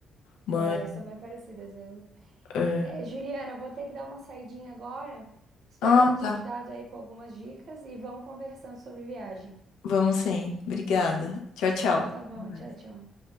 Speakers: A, on the left; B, on the right.
A: Mas.
B: É, são bem parecidas mesmo.
A: é.
B: É, Juliana, eu vou ter que dar uma saidinha agora. Espero
A: Ah,
B: ter te
A: tá.
B: ajudado aí com algumas dicas e vamos conversando sobre viagem.
A: Vamos sim. Obrigada. Tchau, tchau.
B: Então
A: Até
B: tá bom,
A: mais.
B: tchau, tchau.